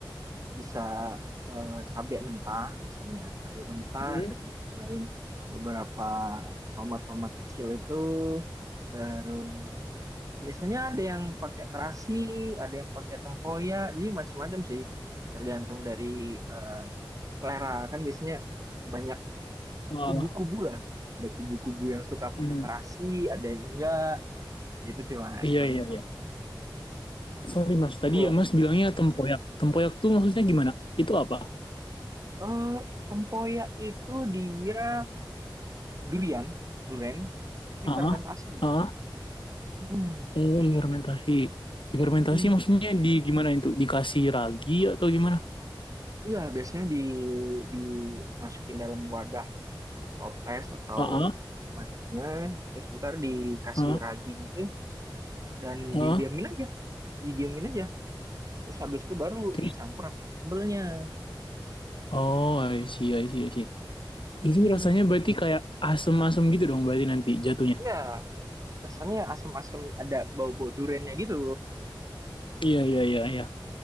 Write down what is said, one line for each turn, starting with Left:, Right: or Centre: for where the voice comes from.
Right: bisa eh, cabe mentah biasanya cabai mentah
Left: Hmm,
Right: terus ditambahin beberapa tomat-tomat kecil itu terus biasanya ada yang pakai terasi ada yang pakai tempoyak jadi macam-macam sih tergantung dari eh, selera kan biasanya banyak
Left: oh,
Right: kubu-kubu lah ada kubu-kubu yang suka
Left: hmm.
Right: pakai terasi ada yang enggak gitu sih mas
Left: Iya,
Right: kalau
Left: iya,
Right: di Lampung.
Left: iya. Sorry Mas, tadi
Right: Kalau,
Left: ya Mas bilangnya tempoyak. Tempoyak tuh maksudnya gimana? Itu apa?
Right: eh, tempoyak itu dia durian, durian itu
Left: ah
Right: difermentasi.
Left: ah Ah, ah.
Right: Mm-mm.
Left: Oh, fermentasi. Fermentasi
Right: Mm-mm.
Left: maksudnya di gimana itu? Dikasih ragi atau gimana?
Right: Iya, biasanya di dimasukin dalam wadah toples atau
Left: ah ah
Right: macamnya, terus ntar dikasih
Left: ah
Right: ragi gitu dan
Left: ah.
Right: didiamin aja, didiamin aja. Terus habis itu baru
Left: Terus?
Right: dicampur sama sambelnya.
Left: Oh, I see, I see, I see.
Right: Mm-mm.
Left: Itu rasanya berarti kayak asem-asem gitu dong berarti nanti jatuhnya.
Right: Iya, rasanya asam-asam ada bau-bau duriannya gitu.
Left: Iya, iya, iya, iya.